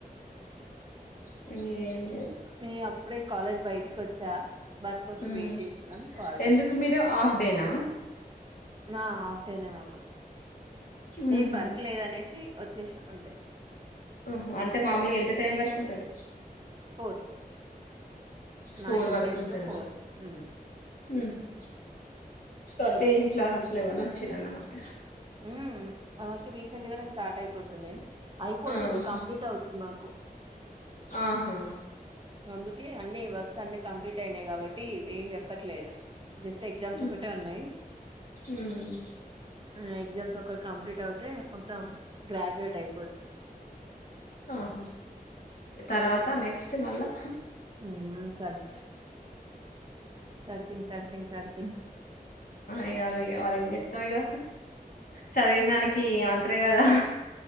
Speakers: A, on the left; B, on the right.
A: ఏ
B: న అప్పుడే కాలేజ్ బయటికి వచ్చా బస్ కోసం
A: మ్మ్
B: వెయిట్ చేస్తున్నా మీ కాల్
A: ఎందుకు
B: చేస్
A: మీరు హాఫ్ డేనా
B: ఆ అడేనే మాకు
A: మ్మ్హు
B: ఏం వర్క్ లేదు అనేసి వచ్చేసాం అంతే
A: హ అంటే మామూలుగా ఎంత టైం వరకు ఉంటది
B: ఫోర్
A: ఫోర్
B: నైన్
A: వరకు
B: టెన్
A: ఉంటదా
B: టు ఫోర్ హ్మ్
A: మ్మ్హు అంటే ఏం క్లాసెస్ లోవన్న వచ్చిర అన్నమాట
B: హ్మ్ ఆమెకి రీసెంట్ గానే స్టార్ట్ అయిపోతుంది అయిపోతుంది
A: ఆహా
B: కంప్లీట్ అవుతుంది మాకు
A: ఆహా
B: అందుకే అన్ని వర్క్స్ అన్ని కంప్లీట్ అయినాయి కాబట్టి ఏం చెప్పట్లేదు జస్ట్ ఎగ్జామ్స్
A: మ్మ్హు
B: ఒకటే ఉన్నాయి
A: మ్మ్
B: హ్మ్ ఎగ్జామ్స్ ఒకటి కంప్లీట్ అవుతే మొత్తం గ్రాడ్యుయేట్ అయిపోద్
A: ఆహా తర్వాత నెక్స్ట్ మళ్ళా
B: మ్మ్ సర్చ్ సర్చింగ్ సర్చింగ్ సర్చింగ్
A: ఇక అద ఇ మళ ఏం చెప్తాం ఇక చదివిన దానికి ఏమంత అదే కదా